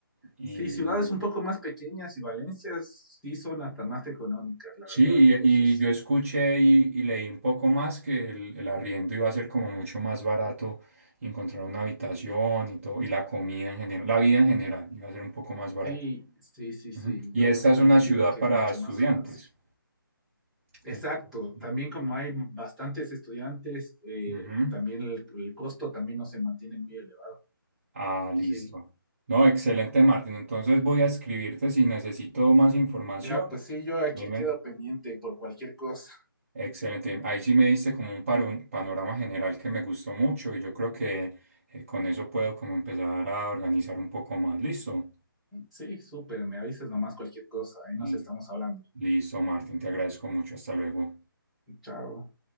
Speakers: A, on the right; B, in the centre.
A: Y
B: Sí, ciudades un poco más pequeñas y Valencias sí son hasta más económicas, la
A: sí,
B: verdad. Entonces,
A: y, y yo escuché y, y leí un poco más que el, el arriendo iba a ser como mucho más barato encontrar una habitación y todo, y la comida en general, la vida en general iba a ser un poco más barata.
B: sí, sí, sí, sí,
A: Ujú. Y
B: yo
A: esta
B: tengo
A: es una
B: entendido
A: ciudad
B: que
A: para
B: es mucho
A: estudiantes.
B: más fácil. Exacto,
A: Entonces,
B: también como hay bastantes estudiantes, eh,
A: ujú.
B: también el, el costo también no se mantiene muy elevado.
A: Ah,
B: Sí,
A: listo. No, excelente, Martín. Entonces voy a escribirte si necesito más información.
B: ya, pues sí, yo aquí
A: Dime.
B: quedo pendiente por cualquier cosa.
A: Excelente. Ahí sí me diste como un paro- panorama general que me gustó mucho y yo creo que eh, con eso puedo como empezar a organizar un poco más. Listo.
B: Sí, súper, me avises nomás cualquier cosa, ahí nos
A: Y-
B: estamos hablando.
A: Listo, Martín. Te agradezco mucho. Hasta luego.
B: Chao.